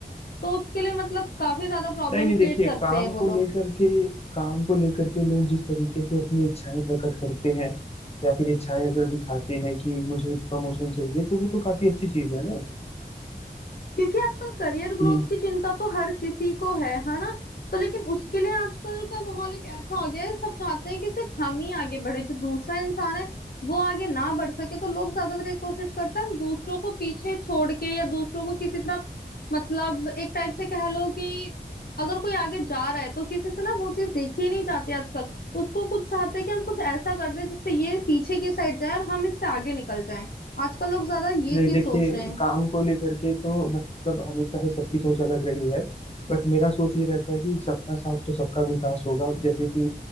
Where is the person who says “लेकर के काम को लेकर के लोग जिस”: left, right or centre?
Left